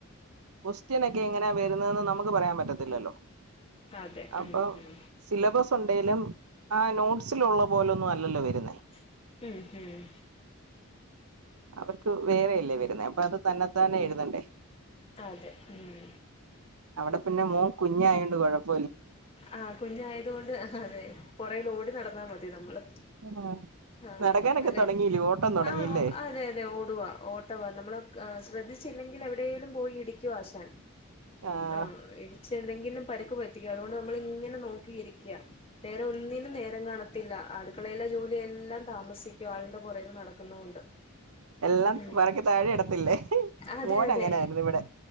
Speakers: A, on the right; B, on the left.
A: ക്വസ്റ്റ്യൻൊക്കെ എങ്ങനാ വരുന്നതെന്ന് നമുക്ക് പറയാൻ പറ്റത്തില്ലല്ലോ
B: അതെ
A: അപ്പൊ
B: ഉം ഉം
A: സിലബസ് ഉണ്ടെിലും ആ നോട്ടസ് സിലുള്ള പോലൊന്നും അല്ലല്ലോ വരുന്നേ
B: <unintelligible>
A: അവർക്ക് വേറെയല്ലേ വരുന്നത്േ അപ്പൊ അത് തന്നെ താനെഎഴതണ്ടേ
B: അതെ ഉം
A: അവിടെ പിന്നെ മോൻ കുഞ്ഞായൊണ്ട് കുഴപ്പം
B: ആഹ കുഞ്ഞയത കൊണ്ട് അതെ പുറൽ ഓടി നടന്നാൽ മതി നമ്മള്
A: ആ
B: ആഹ്
A: നടക്കാനൊക്കെ
B: അല്ല
A: തുടങ്ങീലേ ഓട്ടം തുടങ്ങില്ലേ
B: ആഹ് അതെ അതെ ഓടവാ ഓട്ടവാ നമ്മൾ ശ്രദ്ധിച്ചില്ലെങ്കിൽ എവിടെേലും പോയി ഇടിക്കുവാശൻ
A: ആഹ്
B: ആഹ ഇടച്ച് എന്തെങ്കിലും പരുക്ക് പറ്റിക്കോ അതുകൊണ്ട് നമ്മൾ ഇങ്ങനെ നോക്കിയിരിക്കയാ നേരം ഒന്നിനും നേരം കാണത്തില്ല അടുക്കളെല്ല ജോലിയല്ല എല്ലാം താമസിക്കും ആളുടെ പുറൽ നടക്കുന്നൊണ്ട്
A: എല്ലാം
B: ഉ
A: പറക്കി താഴെ ഇടത്തില്ലേ
B: അതെ
A: മോൻ
B: അതെ
A: അങ്ങനായിരുന്നു ഇവിടെ